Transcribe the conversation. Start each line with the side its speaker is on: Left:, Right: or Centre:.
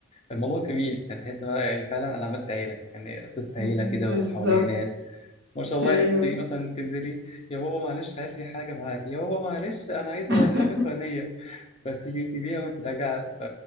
Left: الموضوع جميل هتحس بقى يعني فعلا انا عملت عيله يعني اسست عيله
Right: مم،
Left: كده
Right: بالظبط
Left: وحواليا ناس ما شاء الله
Right: ايوه
Left: انت مثلا تنزلي يا بابا معلش هات لي حاجه معاك يا بابا معلش انا عايزه
Right: <laughs>
Left: حاجه فلانيه فتيجي تبيها وانت راجعه ف...